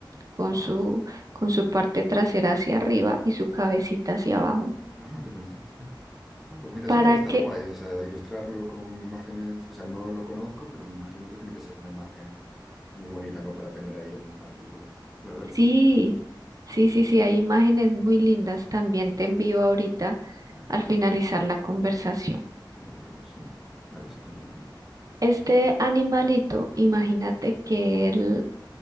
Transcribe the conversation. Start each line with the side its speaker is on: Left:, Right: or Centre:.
Right: con
Centre: Ah,
Right: su, con su parte trasera hacia arriba y su cabecita hacia abajo.
Centre: ah, qué bonito. Ah, pues mira, eso
Right: Para
Centre: puede estar
Right: que,
Centre: guay, o sea, ilustrarlo con imágenes, o sea, no lo conozco, pero me imagino que tiene que ser una imagen muy bonita, ¿no? Para tener ahí en un artículo. Vale, vale,
Right: sí,
Centre: sí, sí, sí.
Right: sí, sí,
Centre: Guay,
Right: sí,
Centre: guay.
Right: hay imágenes muy lindas. También te envío ahorita
Centre: Vale,
Right: al
Centre: perfecto.
Right: finalizar la conversación.
Centre: Maravilloso. Vale, sí, continúa.
Right: Este animalito, imagínate que él